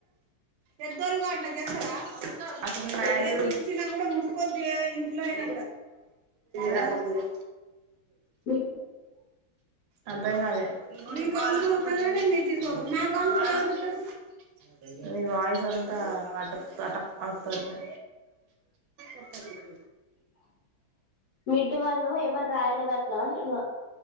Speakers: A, on the right; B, on the left.
A: పెద్దోలుగాట్ల, జెస్తర అవును. అసలు మారేజ్
B: ఏది
A: కి గూడా ముట్టుకొద్దు, ఇంట్లో అయినా రాకముందే
B: మిడ్
A: అర్థం గాలే, మీకు అవసరం ఉన్నప్పుడు, మీరు తీసుకోతరు. మాకు అవసరం ఉన్నప్పుడు ఎవరు ఇస్తరు. మీ వాయిస్ అంతా, అటక్ అటక్ వస్తుంది. అక్కర్లేదు
B: మిడ్ వన్, ఎవరు రాయలేదటనా అంటున్నా.